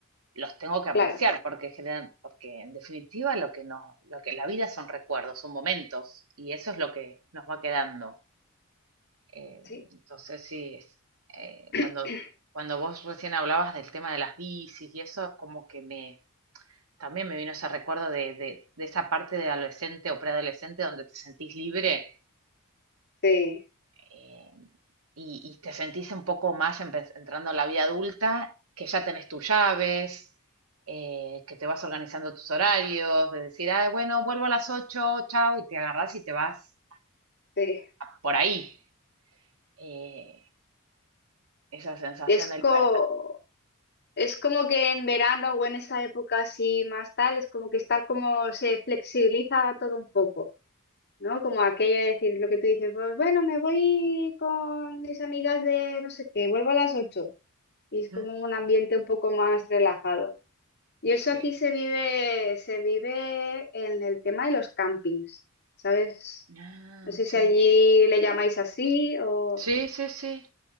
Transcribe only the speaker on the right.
los tengo que apreciar
porque generan, porque en definitiva lo que nos, lo que la vida son recuerdos, son momentos, y eso es lo que nos va quedando. Eh,
entonces sí, es, eh,
cuando, cuando vos recién hablabas del tema de las bicis y eso, como que me, también me vino ese recuerdo de, de, de esa parte de adolescente o preadolescente donde te sentís libre
eh, y, y te sentís un poco más empe- entrando a la vida adulta, que ya tenés tus llaves. eh, que te vas organizando tus horarios, de decir, ah, bueno, vuelvo a las ocho chao, y te agarrás y te vas
por ahí. eh, esa sensación
de
libertad.
Ujú.
Sí.
Ah,
sí.
Sí, sí, sí.